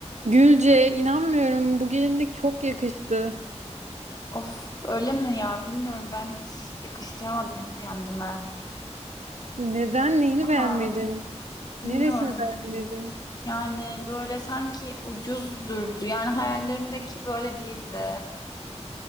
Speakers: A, on the right; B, on the left.
A: Gülce, inanmıyorum. Bu gelinlik çok yakıştı.
B: Of öyle mi ya? Bilmiyorum ben hiç yakıştıramadım kendime.
A: Neden
B: Baksana.
A: neyini beğenmedin?
B: Bilmiyorum.
A: Neresini beğenmedin?
B: Yani böyle sanki ucuz durdu. Yani hayallerimdeki böyle değildi.